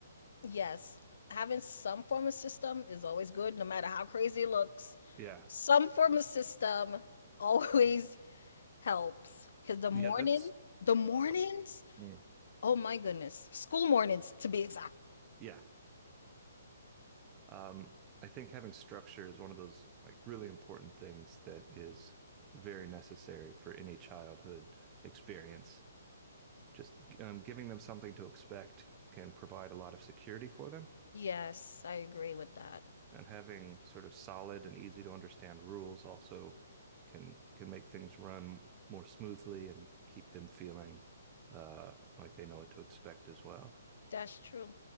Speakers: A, on the left; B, on the right.
A: Yes, having some form of system is always good, no matter how crazy it looks.
B: Yeah.
A: Some form of system always <laughs> helps. Because the
B: Yeah,
A: morning,
B: that's
A: the mornings,
B: oh, mm.
A: oh my goodness, school mornings to be exact.
B: Yeah, Um, I think having structure is one of those like really important things that is very necessary for any childhood experience. Just um, giving them something to expect can provide a lot of security for them,
A: Yes, I agree with that.
B: and having sort of solid and easy to understand rules also can can make things run more smoothly and keep them feeling uh, like they know what to expect as well.
A: That's true.